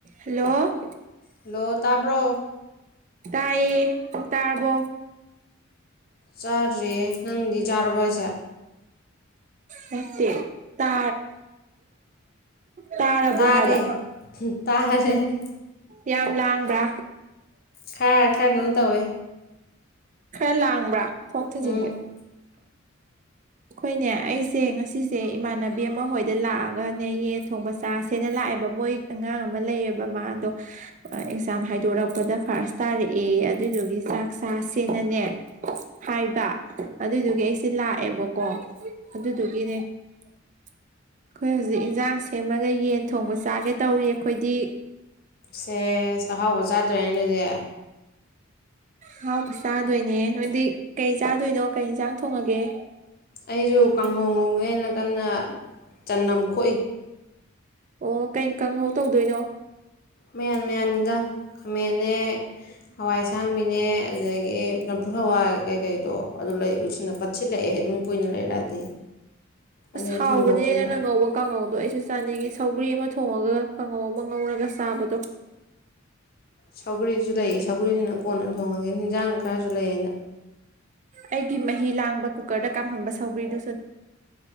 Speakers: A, on the right (about 35°); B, on the left (about 45°).
A: Hello
B: hello ꯇꯥꯕ꯭ꯔꯣ
A: ꯇꯥꯏꯌꯦ ꯅꯪ ꯇꯥꯔꯕꯣ
B: ꯆꯥꯗ꯭ꯔꯤꯌꯦ ꯅꯪꯗꯤ ꯆꯥꯔꯕꯣ ꯍꯥꯏꯁꯦ
A: ꯅꯠꯇꯦ ꯇꯥ ꯇꯥꯔꯕꯣ
B: ꯇꯥꯔꯦ
A: ꯍꯥꯏꯕ
B: ꯇꯥꯔꯦ
A: ꯌꯥꯝ ꯂꯥꯡꯕ꯭ꯔꯥ
B: ꯈꯔ ꯈꯔ ꯑꯗꯨꯝ ꯇꯧꯋꯦ
A: ꯈꯔ ꯂꯥꯡꯕ꯭ꯔꯥ ꯊꯣꯡ ꯊꯤꯡꯖꯤꯟꯒꯦ
B: ꯎꯝ
A: ꯑꯩꯈꯣꯏꯅꯦ ꯑꯩꯁꯦ ꯉꯁꯤꯁꯦ ꯏꯃꯥꯟꯅꯕꯤ ꯑꯃ ꯍꯣꯏꯗ ꯂꯥꯛꯑꯒꯅꯦ ꯌꯦꯟ ꯊꯣꯡꯕ ꯆꯥꯁꯦꯅ ꯂꯥꯛꯑꯦꯕ ꯃꯣꯏ ꯑꯉꯥꯡ ꯑꯃ ꯂꯩꯌꯦꯕ ꯃꯥꯗꯣ ꯑꯦꯛꯖꯥꯝ ꯍꯥꯏꯗꯣꯔꯛꯄꯗ ꯐꯥꯔꯁ ꯇꯥꯔꯛꯑꯦ ꯑꯗꯨꯏꯗꯨꯒꯤ ꯆꯥꯛ ꯆꯥꯁꯦꯅꯅꯦ ꯍꯥꯏꯕ ꯑꯗꯨꯏꯗꯨꯒꯤ ꯑꯩꯁꯦ ꯂꯥꯛꯑꯦꯕ ꯀꯣ ꯑꯗꯨꯗꯨꯒꯤꯅꯦ ꯑꯩꯈꯣꯏ ꯍꯧꯖꯤꯛ ꯏꯟꯖꯥꯡ ꯁꯦꯝꯃꯒ ꯌꯦꯟ ꯊꯣꯡꯕ ꯆꯥꯒꯦ ꯇꯧꯔꯤ ꯑꯩꯈꯣꯏꯗꯤ
B: ꯁꯦꯁ ꯑꯍꯥꯎꯕ ꯆꯥꯗꯣꯔꯦꯅꯦ ꯑꯗꯨꯗꯤ
A: ꯑꯍꯥꯎꯕ ꯆꯥꯗꯣꯏꯅꯦ ꯅꯣꯏꯗꯤ ꯀꯩ ꯆꯥꯗꯣꯏꯅꯣ ꯀꯩ ꯍꯤꯟꯖꯥꯡ ꯊꯣꯡꯉꯒꯦ
B: ꯑꯩꯁꯨ ꯀꯥꯡꯍꯧ ꯉꯧꯒꯦꯅ ꯀꯟꯅ ꯆꯅꯝ ꯈꯣ ꯇꯣꯛꯢ
A: ꯑꯣ ꯀꯩ ꯀꯥꯡꯍꯧ ꯇꯧꯗꯣꯏꯅꯣ
B: ꯃꯌꯥꯟ ꯃꯌꯥꯟꯅꯤꯗ ꯈꯥꯃꯦꯟꯅꯦ ꯍꯋꯥꯏ ꯑꯁꯥꯡꯕꯤꯅꯦ ꯑꯗꯨꯗꯒꯤ ꯆꯝꯐꯨꯠ ꯍꯋꯥꯏ ꯀꯩꯀꯩꯗꯣ ꯑꯗꯨ ꯂꯩꯕꯁꯤꯡꯗꯣ ꯄꯠꯁꯤꯜꯂꯛꯑꯦ ꯑꯗꯨꯝ ꯀꯨꯏꯅ ꯂꯩꯔꯛꯑꯗꯤ
A: ꯑꯁ
B: ꯑꯗꯩ
A: ꯍꯥꯎꯕꯅꯦꯅ
B: ꯊꯣꯡꯗꯣꯛꯀꯦꯅ
A: ꯅꯪ ꯉꯧꯕ ꯀꯥꯡꯍꯧ ꯗꯣ ꯑꯩꯁꯨ ꯆꯥꯅꯤꯡꯉꯤ ꯁꯧꯒ꯭ꯔꯤ ꯑꯃ ꯊꯣꯡꯉꯒ ꯀꯥꯡꯍꯧ ꯑꯃ ꯉꯧꯔꯒ ꯉꯧꯔꯒ ꯆꯥꯕꯗꯣ
B: ꯁꯧꯒꯔꯤꯁꯨ ꯂꯩꯌꯦ ꯁꯧꯒꯔꯤꯁꯤꯅ ꯀꯣꯟꯅ ꯊꯣꯡꯉꯒꯦ ꯍꯤꯟꯖꯥꯡ ꯈꯔꯁꯨ ꯂꯩꯌꯦꯅ
A: ꯑꯩꯒꯤ ꯃꯍꯤ ꯂꯥꯡꯕ ꯀꯨꯀꯔꯗ ꯀꯥꯝꯍꯟꯕ ꯁꯧꯕ꯭ꯔꯤꯗꯨ